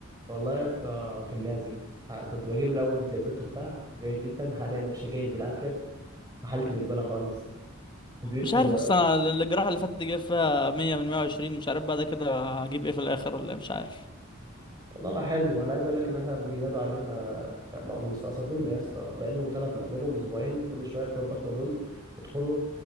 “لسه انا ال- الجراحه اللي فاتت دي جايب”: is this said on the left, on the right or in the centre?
Left